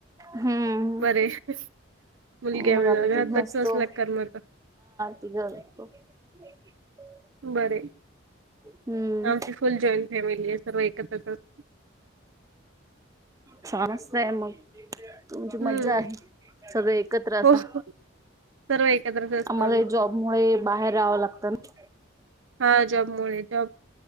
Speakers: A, on the right; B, on the right.
A: हम्म
B: बर ये. मुलग्या
A: मग
B: म्हत
A: आम्ही तिघ
B: बघत
A: असतो
B: असला करमत.
A: <unintelligible>
B: बर ये.
A: हम्म
B: आमची फुल जॉईंट फॅमिली आहे सर्व एकत्रचच.
A: छानच त हे मंग. तुमची
B: हम्म
A: मज्जा आहे सगळे एकत्र
B: हो
A: असा.
B: हो. सर्व एकत्रच असतो
A: आम्हाला
B: आम्ही
A: जॉब मुळे बाहेर राहावं लागतं ना.
B: हा जॉब मु जॉब